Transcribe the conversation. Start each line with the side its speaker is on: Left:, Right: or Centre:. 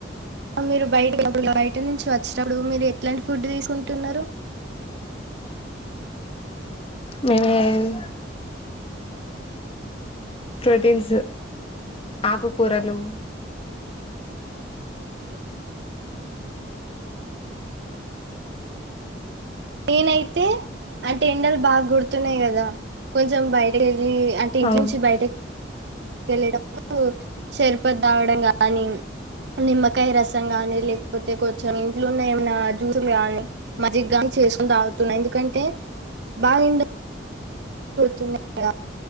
Right: మీరు బయటకు వెళ్లినప్పుడు లేదా బయట నుంచి వచ్చినప్పుడు మీరు ఎట్లాంటి ఫుడ్ తీసుకుంటున్నారు.
Left: మేమేవ్ ప్రోటీన్స్ ఆకుకూరలు
Right: నేనైతే అంటే ఎండలు బాగా గొడుతున్నాయి కదా కొంచెం బయట రి అంటే ఇంట్లో
Left: అవును
Right: నుంచి బయట కెళ్ళేటప్పుడు షర్బత్ తాగడం గాని నిమ్మకాయ రసం గాని లేకపోతే కొంచెం ఇంట్లోన్న ఏమనా జ్యూస్లు గానీ మజ్జిగ గాని చేస్కొని తాగుతున్న ఎందుకంటే బాగా తున్నా గా